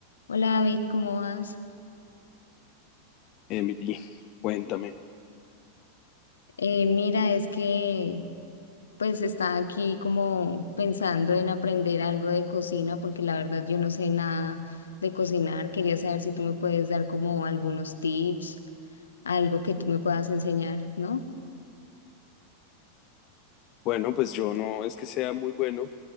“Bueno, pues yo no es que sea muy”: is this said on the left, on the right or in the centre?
Left